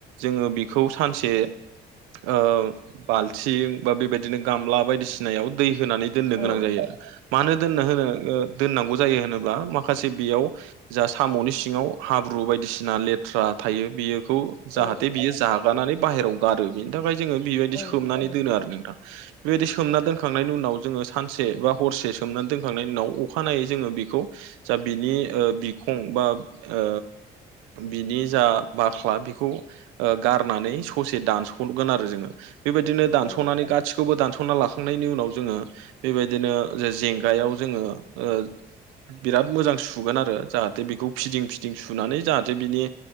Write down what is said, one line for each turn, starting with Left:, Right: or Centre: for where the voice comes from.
Right: जोङो बेखौ सानसे ओ बाल्थिं बा बेबायदिनो गामला बायदिसिनायाव दै होनानै दोननो
Left: औ
Right: गोनां जायो आरो, मानो दोननो होनो दोननांगौ जायो होनोब्ला माखासे बेयाव जा साम'नि सिङाव हाब्रु बायदिसिना लेथ्रा थायो बियोखौ जाहाथे
Left: औ
Right: बियो जागनानै बाहेरायाव गारो बिनि थाखाय जोङो बेबायदि
Left: औ उम
Right: सोमनानै
Left: उम
Right: दोनो आरो नोंथां। बेबायदि सोमना दोनखां खांनायनि उनाव जोङो सानसे बा हरसे सोमनानै दोनखांनायनि उनाव अखानायै जोङो बेखौ जा बिनि बिखं बा ओ बिनि जा बाख्ला बिखौ ओ गारनानै ससे दानगोन जोङो, बेबायदिनो दानसनानै
Left: औ
Right: गा खौबो दानस'ना लाखांनायनि उनाव जोङो बेबायदिनो जे जेंगायाव जोङो ओ बिराद मोजां सुगोन आरो जाहाथे बेखौ फिदिं फिदिं सुनानै जाहाथे बिनि